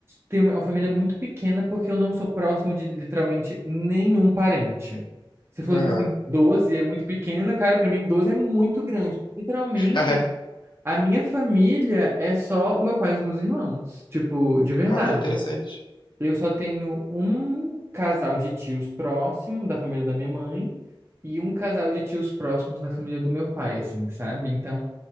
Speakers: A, on the right (about 25°); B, on the left (about 55°).
A: tenho uma família muito pequena porque eu não sou próximo de literalmente nenhum parente. Você falou,
B: aham.
A: tipo assim, 12 é muito pequena, cara, pra mim 12 é muito grande. Literalmente,
B: <laughs>
A: a minha família é só o meu pai e os meus irmãos, tipo, de verdade.
B: Ah, interessante.
A: Eu só tenho um casal de tios próximo da família da minha mãe e um casal de tios próximos da família do meu pai, assim, sabe? Então,